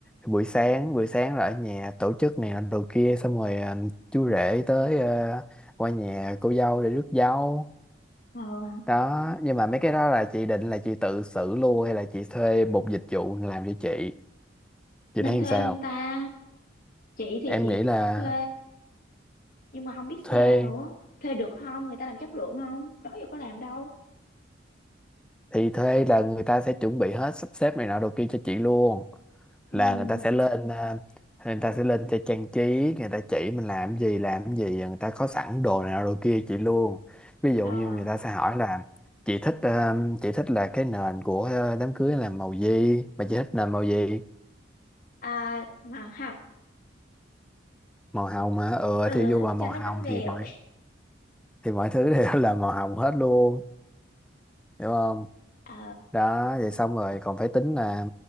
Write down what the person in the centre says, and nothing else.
buổi sáng buổi sáng là ở nhà tổ chức này làm đồ kia xong rồi à, chú rể tới à, qua nhà cô dâu để rước dâu
đó nhưng mà mấy cái đó là chị định là chị tự xử luôn hay là chị thuê một dịch vụ làm cho chị chị
thấy
sao
em
nghĩ là
thuê
thì thuê là người ta sẽ chuẩn bị hết sắp xếp này nọ đồ kia cho chị luôn
là người ta sẽ lên à, người ta sẽ lên cho trang trí người ta chỉ mình làm gì làm gì người ta có sẵn đồ này nọ đồ kia chị luôn ví dụ
như người ta sẽ hỏi là chị thích à, chị thích là cái nền của à, đám cưới là màu gì mà chị thích nền màu gì
màu hồng hả ừ
thì vô vào màu
hồng
thì mọi thì mọi thứ đều <laughs> là màu hồng hết luôn hiểu không
đó vậy xong rồi còn phải tính là